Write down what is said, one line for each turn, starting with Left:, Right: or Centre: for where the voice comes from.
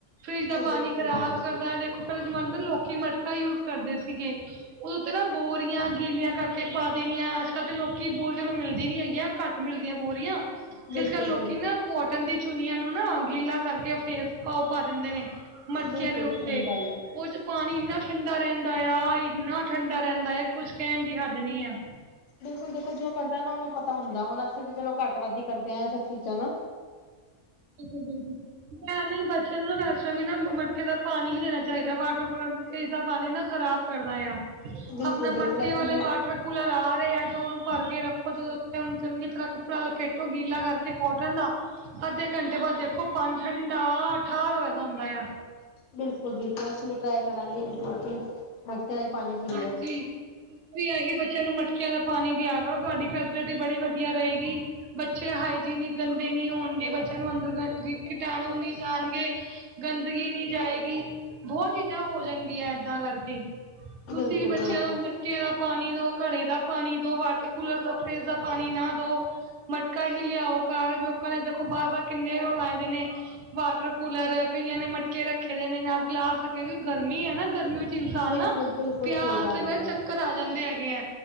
Right: ਫਰਿਜ ਦਾ ਪਾਣੀ
Left: ਬਿਲਕੁਲ
Right: ਖ਼ਰਾਬ
Left: ਜੀ ਬਿਲਕੁਲ
Right: ਕਰਦਾ ਹੈ ਦੇਖੋ। ਪਹਿਲੇ ਜਮਾਨੇ ਨਾ ਲੋਕੀ ਮਟਕਾ ਯੂਜ ਕਰਦੇ ਸੀਗੇ ਉਹਦੇ ਉੱਤੇ ਨਾ ਬੋਰੀਆਂ- ਗੀਲੀਆਂ ਕਰਕੇ ਪਾ ਦੇਣੀਆਂ ਅੱਜ ਕੱਲ ਤੇ ਲੋਕੀ ਬਹੁਤ ਜਲਦੀ ਮਿਲਦੀ ਨੀ ਹੈਗੀਆਂ ਘੱਟ ਮਿਲਦੀਆਂ ਬੋਰੀਆਂ।
Left: ਬਿਲਕੁਲ
Right: ਅੱਜ ਕੱਲ ਲੋਕੀ
Left: ਬਿਲਕੁਲ
Right: ਨਾ ਕੋਟਨ ਦੀ ਚੁਨੀਆਂ ਨੂੰ ਨਾ ਗੀਲਾ ਕਰਕੇ ਫੇਸ ਪਾਓ-ਪਾ ਦਿੰਦੇ ਨੇ। ਮਟਕੇ
Left: ਬਿਲਕੁਲ
Right: ਦੇ ਉੱਤੇ
Left: ਸਹੀ ਗੱਲ ਹੈ
Right: ਕੁਝ ਪਾਣੀ ਇੰਨਾ ਠੰਡਾ ਰਹਿੰਦਾ ਆ-ਇੰਨਾ ਠੰਡਾ ਰਹਿੰਦਾ ਆ, ਕਿ ਕੁਛ ਕਹਿਣ ਦੀ ਹੱਦ ਨਹੀਂ ਆ।
Left: ਬਿਲਕੁਲ ਬਿਲਕੁਲ ਜੋ ਕਰਦਾ ਨਾ, ਉਹਨੂੰ ਪਤਾ ਹੁੰਦਾ ਹੁਣ ਅਸੀਂ ਵੀ ਚਲੋ ਘੱਟ ਵੱਧ ਕਰਦੇ ਹਾਂ। ਇਹ ਸਭ ਚੀਜ਼ਾਂ ਨਾ।
Right: ਬਿਲਕੁਲ ਬਿਲਕੁਲ ਮੈਂ ਨਹੀਂ ਬੱਚਿਆਂ ਨੂੰ ਨਾ ਵੈਸੇ ਵੀ ਨਾ ਮਟਕੇ ਦਾ ਪਾਣੀ ਨਹੀਂ ਦੇਣਾ ਚਾਹੀਦਾ ਵਾ। ਵਾਟਰ ਕੂਲਰ ਇਸ ਦਾ ਪਾਣੀ ਨਾ ਖਰਾਬ ਕਰਦਾ ਆ।
Left: ਬਿਲਕੁਲ
Right: ਆਪਣਾ
Left: ਬਿਲਕੁਲ
Right: ਮਟਕੇ
Left: ਅਸੀਂ
Right: ਵਾਲੇ
Left: ਵੀ
Right: ਵਾਟਰ ਕੂਲਰ ਆ ਰਹੇ ਆ ਜੋ ਉਹਨੂੰ ਭਰ ਕੇ ਰੱਖੋ। ਜਦੋਂ ਉੱਥੇ ਚੰਗੀ ਤਰ੍ਹਾਂ ਕੱਪੜਾ ਲਪੇਟੋ ਗੀਲਾ ਕਰਕੇ ਕੋਟਨ ਦਾ ਅੱਧੇ ਘੰਟੇ ਬਾਅਦ ਦੇਖੋ, ਪਾਣੀ ਠੰਡਾ ਠਾਹ ਵਰਗਾ ਹੁੰਦਾ ਆ।
Left: ਬਿਲਕੁਲ-ਬਿਲਕੁਲ ਅਸੀਂ ਵੀ ਟਰਾਈ ਕਰਾਂਗੇ ਮਟਕੇ ਦਾ ਹੀ ਪਾਣੀ ਪੀ ਲਿਆ।
Right: ਹਾਂਜੀ। ਤੁਸੀਂ ਆ ਹੀ ਬੱਚਿਆਂ ਨੂੰ ਮਟਕੀਆਂ ਦਾ ਪਾਣੀ ਦਿਆ ਕਰੋ। ਤੁਹਾਡੀ ਫੈਸਲਿਟੀ ਬੜੀ ਵਧੀਆ ਰਹੇਗੀ। ਬੱਚੇ ਹਾਈਜੀਨਿਕ ਗੰਦੇ ਨਹੀ ਹੋਣਗੇ। ਬੱਚਿਆਂ ਨੂੰ ਅੰਦਰ ਕੀਟਾਣੂ ਨਹੀਂ ਜਾਣਗੇ। ਗੰਦਗੀ ਨਹੀਂ ਜਾਏਗੀ। ਬਹੁਤ ਚੀਜ਼ਾਂ ਹੋ ਜਾਣਗੀਆਂ ਇਦਾਂ ਕਰਕੇ। ਤੁਸੀਂ
Left: ਬਿਲਕੁਲ
Right: ਵੀ ਬੱਚਿਆਂ
Left: ਬਿਲਕੁਲ
Right: ਨੂੰ ਮਟਕੇ ਦਾ ਪਾਣੀ ਦੋ, ਘੜੇ ਦਾ ਪਾਣੀ ਦੋ, ਵਾਟਰ ਕੂਲਰ ਦਾ, ਫਰਿਜ਼ ਦਾ ਪਾਣੀ ਨਾ ਦੋ। ਮਟਕਾ ਹੀ ਲਿਆਓ ਘਰ। ਲੋਕਾਂ ਨੇ ਦੇਖੋ ਬਾਰ-ਬਾਰ ਕਿੰਨੇ ਉਹ ਲਾਏ ਦੇ ਨੇ। ਵਾਟਰ ਕੂਲਰ, ਕਈਆਂ ਨੇ ਮਟਕੇ ਰੱਖੇ ਦੇ ਨੇ ਨਾਲ ਗਲਾਸ ਕਿ ਗਰਮੀ ਹੈ। ਨਾ ਗਰਮੀ ਵਿੱਚ ਇਨਸਾਨ
Left: ਬਿਲਕੁਲ
Right: ਨਾ
Left: ਬਿਲਕੁਲ
Right: ਪਿਆਸ
Left: ਸਹੀ ਗੱਲ
Right: ਦੇ ਵਿੱਚ
Left: ਹੈ
Right: ਚੱਕਰ ਆ ਜਾਂਦੇ ਹੈਗੇ ਹੈ।